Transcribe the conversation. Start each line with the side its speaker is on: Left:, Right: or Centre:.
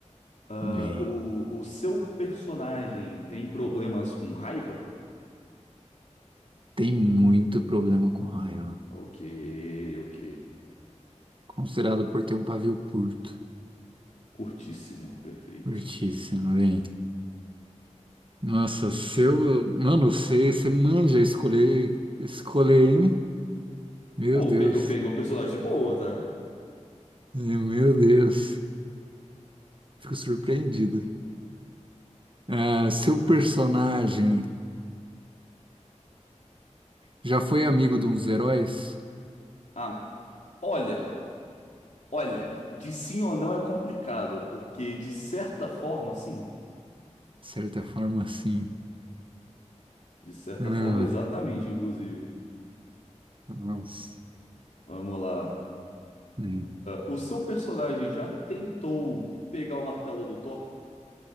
Left: Ah,
Right: Bem,
Left: o, o seu personagem tem problemas com raiva?
Right: tem muito problema com raiva,
Left: Ok, ok.
Right: considerado por ter um pavio curto.
Left: Curtíssimo, perfeito.
Right: Curtíssimo, hein? Nossa, seu. Mano, você, você manja escolher, escolher, hein? Meu
Left: Pô,
Right: Deus.
Left: eu pe- eu peguei o personagem de boa, tá?
Right: Eh, Meu Deus. Fico surpreendido. Ah, seu personagem já foi amigo de uns heróis?
Left: Ah, olha, olha, de sim ou não é complicado, porque de certa forma, sim.
Right: De certa forma, sim.
Left: De certa
Right: Hum,
Left: forma, exatamente, inclusive.
Right: nossa.
Left: Vamos lá.
Right: Hum.
Left: O seu personagem já tentou pegar o martelo do Thor?